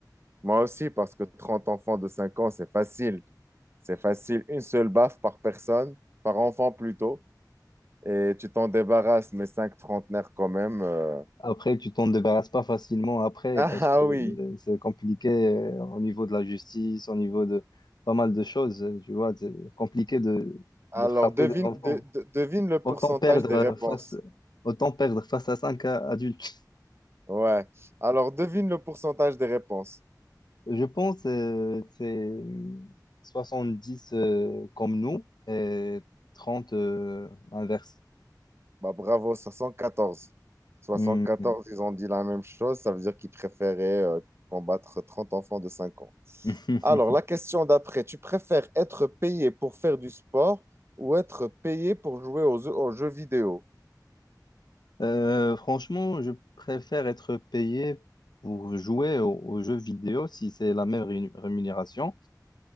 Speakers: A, on the right (about 35°); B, on the left (about 75°).
A: Moi aussi, parce que 30 enfants de 5 ans, c'est facile. C'est facile. Une seule baffe par personne, par enfant plutôt. Et tu t'en débarrasses, mais cinq trentenaires quand même. euh. <laughs>
B: Après, tu t'en débarrasses pas facilement après
A: Ah
B: parce que
A: ah
B: euh,
A: oui.
B: c'est compliqué euh, au niveau de la justice, au niveau de pas mal de choses. euh, Tu vois, c'est compliqué de,
A: Alors,
B: de frapper
A: devine,
B: des enfants.
A: de- de- devine le pourcentage
B: Autant perdre
A: des
B: euh,
A: réponses.
B: face, autant perdre face à 5 adultes.
A: Ouais. Alors, devine le pourcentage des réponses.
B: Je pense euh, c'est 70 euh, comme nous et 30 euh, l'inverse.
A: Bah, bravo, soixante quatorze soixante
B: Hmm.
A: quatorze ils ont dit la même chose, ça veut dire qu'ils préféraient euh, combattre 30 enfants de 5 ans.
B: <laughs>
A: Alors, la question d'après, tu préfères être payé pour faire du sport ou être payé pour jouer aux, jeux- aux jeux vidéo?
B: Euh, franchement, je préfère être payé pour jouer aux, aux jeux vidéo si c'est la même rému- rémunération